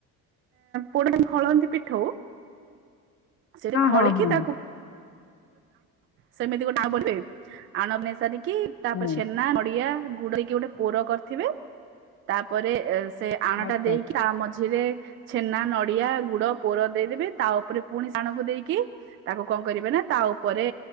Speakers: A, on the right (about 40°); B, on the left (about 40°).
A: ପୋଡ ଖଳନ୍ତି ପିଠୋଉ ସେଠି ଖଳିକି
B: ହଁ ହଁ ହଁ
A: ତାକୁ ସେମିତି ଗୋଟେ <unintelligible> ଆଣ ନେଇ ସାରିକି ତାପରେ
B: ହଁ
A: ଛେନା ନଡିଆ ଗୁଡ ଦେଇକି କି ଗୋଟେ ପୋର କରିଥିବେ ତାପରେ ସେ ଆଣଟା
B: ଆଚ୍ଛା
A: ଦେଇକି ତା ମଝିରେ ଛେନା ନଡ଼ିଆ ଗୁଡ ପୋର ଦେଇଦେବେ ତା ଉପରେ ପୁଣି ଆଣକୁ ଦେଇକି ତାକୁ କଣ କରିବେ ନା ତା ଉପରେ